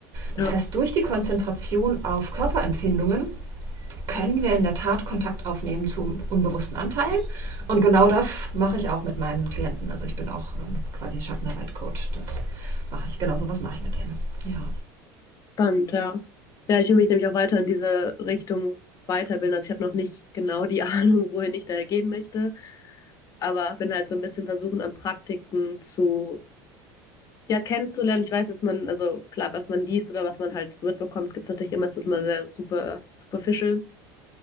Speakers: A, on the right (about 55°); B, on the left (about 40°).
A: Das
B: ja.
A: heißt, durch die Konzentration auf Körperempfindungen können wir in der Tat Kontakt aufnehmen zu unbewussten Anteilen. Und genau das mache ich auch mit meinen Klienten. Also ich bin auch ähm, quasi Schattenarbeit-Coach. Das mache ich, genau so was mache ich mit denen. Ja.
B: Spannend, ja. Ja, ich will mich nämlich auch weiter in diese Richtung weiterbilden. Also ich habe noch nicht genau die <laughs> Ahnung, wohin ich da gehen möchte, aber bin halt so ein bisschen versuchen, an Praktiken zu, ja, kennenzulernen. Ich weiß, dass man, also klar, was man liest oder was man halt so mitbekommt, gibt es natürlich immer, es ist immer sehr super, superficial.